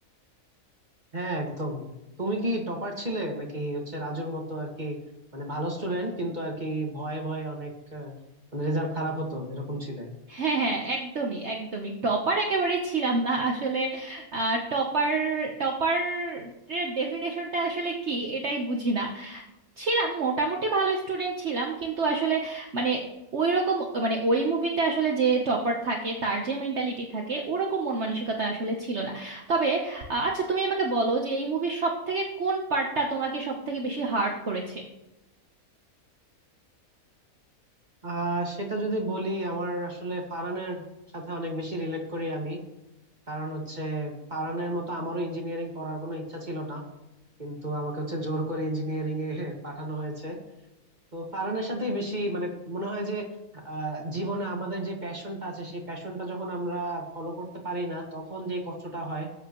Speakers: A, on the right; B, on the right.
A: হ্যাঁ একদম তুমি কি টপার ছিলে নাকি হচ্ছে রাজুর মতো আর কি মানে ভালো স্টুডেন্ট কিন্তু আর কি ভয়ে ভয়ে অনেক আহ, মানে রেজাল্ট খারাপ হতো এরকম ছিলে
B: হ্যাঁ হ্যাঁ একদমই একদমই টপার একেবারে ছিলাম না আসলে টপার টপার ডেফিনেশনটা আসলে কি এটাই বুঝি না ছিলাম মোটামুটি ভালো স্টুডেন্ট ছিলাম কিন্তু আসলে মানে ওই রকম মানে ওই মুভিতে আসলে যে টপার থাকে তার যে মেন্টালিটি থাকে ওরকম মন মানসিকতা আসলে ছিল না তবে আ, আচ্ছা তুমি আমাকে বলো যে এই মুভির সব থেকে কোন পার্টটা তোমাকে সব থেকে বেশি হার্ট করেছে
A: আহ সেটা যদি বলি আমার আসলে ফারহানের সাথে অনেক বেশি রিলেট করি আমি কারণ হচ্ছে ফারহানের মতো আমারও ইঞ্জিনিয়ারিং পড়ার কোনো ইচ্ছা ছিল না কিন্তু আমাকে হচ্ছে জোর করে ইঞ্জিনিয়ারিং এ <laughs> পাঠানো হয়েছে তো কারণের সাথেই বেশি মানে মনে হয় যে আহ জীবনে আমাদের যে প্যাশনটা আছে সেই প্যাশনটা যখন আমরা ফলো করতে পারি না তখন যে কষ্টটা হয়